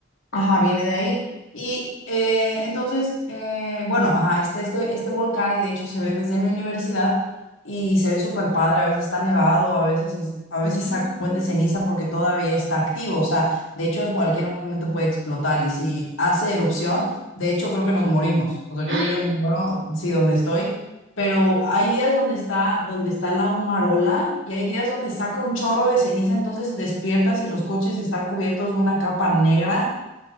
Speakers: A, on the left; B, on the right.
A: Ajá, viene de ahí. Y eh, entonces, eh, bueno, ajá, este, este, este volcán, y de hecho se ve desde mi universidad, y se ve súper padre, a veces está nevado, a veces, es- a veces
B: ujú.
A: saca un buen de ceniza porque todavía está activo, o sea, de hecho en cualquier momento puede explotar, y si hace erupción, de hecho creo que nos morimos, o sea, creo
B: <gasps> ¡Ah!
A: que yo me muero, sí, donde estoy, pero hay días donde está, donde está la humarola, y hay días donde saca un chorro de ceniza, entonces despiertas y los coches están cubiertos de una capa negra.